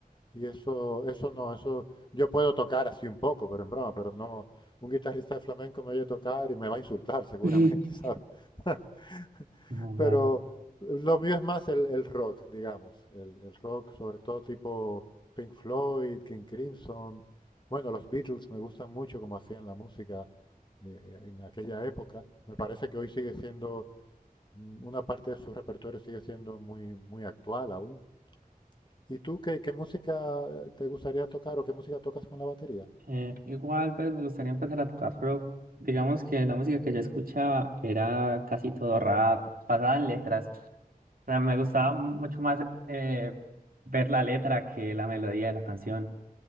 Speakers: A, on the left; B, on the right.
A: Y eso, eso no, eso yo puedo tocar así un poco, pero en broma, pero no, un guitarrista de flamenco me oye tocar y me va a insultar seguramente,
B: <laughs>
A: <laughs> ¿sabes? <laughs>
B: No,
A: Pero
B: dale.
A: lo mío es más el, el rock, digamos, el, el rock sobre todo tipo Pink Floyd, King Crimson, bueno, los Beatles me gustan mucho como hacían la música eh, en aquella época. Me parece que hoy sigue siendo, mm, una parte de su repertorio sigue siendo muy, muy actual aún. ¿Y tú qué, qué música eh, te gustaría tocar o qué música tocas con la batería?
B: Eh, igual, pues me gustaría empezar a tocar, pero digamos que la música que yo escuchaba era casi todo rap, basada en letras. O sea, me gustaba mucho más eh, ver la letra que la melodía de la canción.